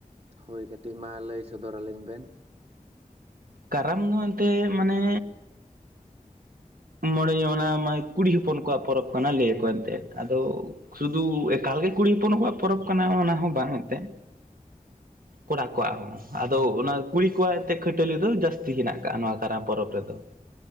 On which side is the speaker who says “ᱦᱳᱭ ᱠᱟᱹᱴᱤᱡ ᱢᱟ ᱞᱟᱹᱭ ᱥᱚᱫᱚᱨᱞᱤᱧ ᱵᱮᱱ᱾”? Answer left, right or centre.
Right